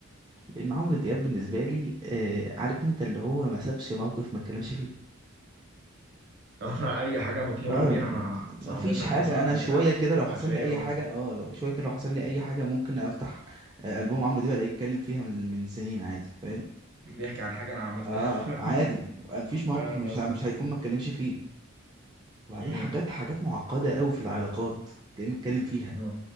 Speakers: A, on the right; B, on the right.
A: لان عمرو دياب بالنسبه لي آه، عارف انت اللي هو ما سابش موقف ما اتكلمش فيه
B: <laughs> أي حاجة بتمر
A: لا
B: بيها مع
A: ما
B: صاحبتك
A: فيش حاجة
B: مثلا
A: أنا
B: بتاع
A: شوية كده لو حصل
B: هتلاقيه
A: لي أي
B: هو
A: حاجة اه لو شوية كده لو حصل لي أي حاجة ممكن أفتح آه، ألبوم عمرو دياب ألاقيه اتكلم فيها من من سنين عادي فاهم
B: بيحكي عن حاجة أنا عملتها
A: اه
B: <laughs>
A: عادي آه، مفيش موقف
B: فاهم
A: مش
B: قصدك
A: ه- مش هيكون ما اتكلمش فيه وبعدين
B: مم.
A: حاجات حاجات معقدة قوي في العلاقات تلاقيه متكلم فيها
B: مم.